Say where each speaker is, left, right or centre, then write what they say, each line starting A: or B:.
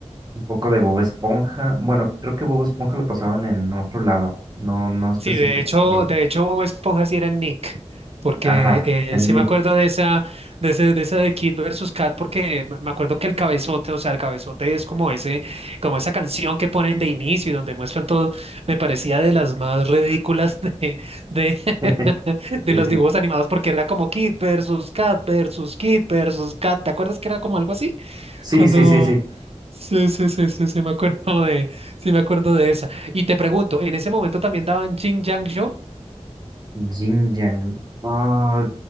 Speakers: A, on the right (about 35°); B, on the right (about 60°).
A: un poco de Bob Esponja. Bueno, creo que Bob Esponja lo pasaban en otro lado, no, no específicamente
B: Sí, de hecho,
A: ahí.
B: de hecho Bob Esponja sí era Nick, porque
A: Ajá,
B: eh,
A: en
B: sí me
A: Nick.
B: acuerdo de esa, de ese- de esa de Kid versus Kat, porque me me acuerdo que el cabezote, o sea, el cabezote es como ese, como esa canción que ponen de inicio y donde muestran todo, me parecía de las más ridículas de, de, <laughs>
A: <laughs>
B: de
A: Sí,
B: los
A: sí.
B: dibujos animados, porque era como Kid versus Kat versus Kid versus Kat, ¿te acuerdas que era como algo así?
A: Sí,
B: cuando
A: sí, sí, sí.
B: Sí, sí, sí, sí, sí, me acuerdo de, sí, me acuerdo de esa. Y te pregunto, en ese momento también daban Jin Yang Yo,
A: Jin Yang. Ah,